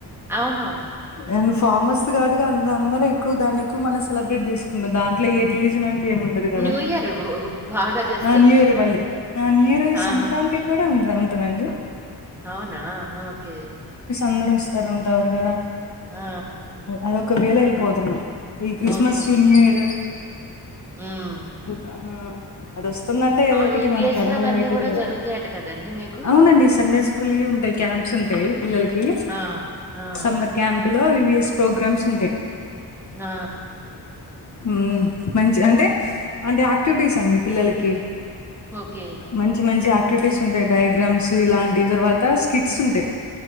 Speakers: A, in the centre; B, on the left.
A: అవును
B: అండ్ ఫార్మస్ ది గావట్టిగా అ అందరూ ఎక్కువ దాన్ని ఎక్కువ మనం సెలబ్రేట్ చేసుకుంటం దాంట్లో ఏ రిలీజన్ అం టూ ఏం ఉండదు కదా
A: న్యూ ఇయర్ బాగా చేస్తారు.
B: ఆ న్యూ ఇయర్ మళ్ళీ ఆ న్యూ ఇయర్
A: ఆ!
B: సంక్రాంతి కూడా మ్ సరే ఉంతనండి.
A: అవునా ఓకే.
B: అందరూ వస్తారు ఉంటారు కదా?
A: ఆ
B: అదొక వేలో వెళ్ళిపోతము, ఈ క్రిస్మసు
A: ఓకే.
B: న్యూ ఇయర్
A: హ్మ్.
B: చూతా హా అది వస్తుందంటే ఏదో
A: ఆ!
B: ఒకటి
A: ఈవీఎస్‌లో
B: మనకి హడావిడి
A: అవన్నీ
B: అయితది
A: గూడా
B: కదా!
A: జరుగుతాయట కదండీ మీకు?
B: అవునండి ఈ సండేస్ స్కూల్ ఉంటాయ్ క్యాంప్స్ ఉంటాయ్ పిల్లలకి
A: ఆ! ఆ!
B: సమ్మర్ క్యాంప్ లో వివిఎస్ ప్రోగ్రామ్స్ ఉంటాయ్.
A: ఆ
B: హ్మ్ మంచి అంటే అంటే యాక్టివిటీస్ అండి పిల్లలకి
A: ఓకే.
B: మంచి మంచి యాక్టివిటీస్ ఉంటాయ్ డయాగ్రామ్స్ ఇలాంటి తర్వాత స్కిట్స్ ఉంటాయ్.